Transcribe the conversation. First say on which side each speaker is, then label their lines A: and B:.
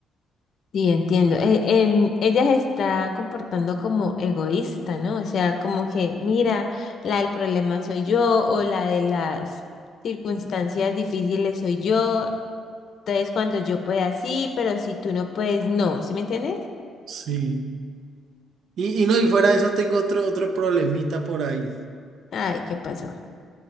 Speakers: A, on the left; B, on the right.
A: Sí, entiendo. E- en- ella se está comportando como egoísta, ¿no? O sea, como que, mira, la del problema soy yo o la de las circunstancias difíciles soy yo. Entonces, cuando yo pueda, sí, pero si tú no puedes, no. ¿Sí me entiendes?
B: Sí. Y, y no, y fuera de eso tengo otro, otro problemita por ahí.
A: Ay, ¿qué pasó?